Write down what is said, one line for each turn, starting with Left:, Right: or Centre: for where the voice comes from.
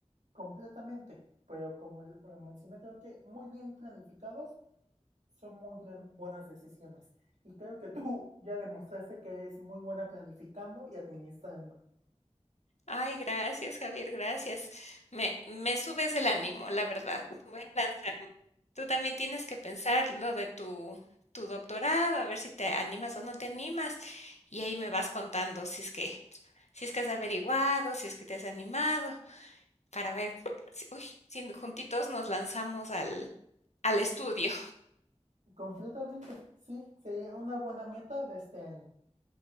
Right: completamente. Pero como lo mencioné, creo que muy bien planificados son muy bien- buenas decisiones. Y creo que tú <laughs> ya demostraste que eres muy buena planificando y administrando.
Left: Ay, gracias, Javier, gracias. Me, me subes el ánimo, la verdad. Voy a lanzarme. Tú también tienes que pensar lo de tu, tu doctorado, a ver si te animas o no te animas. Y ahí me vas contando si es que, si es que has averiguado, si es que te has animado, para ver si, uy, si juntitos nos lanzamos al, al estudio.
Right: Completamente, sí, sería una buena meta de este año.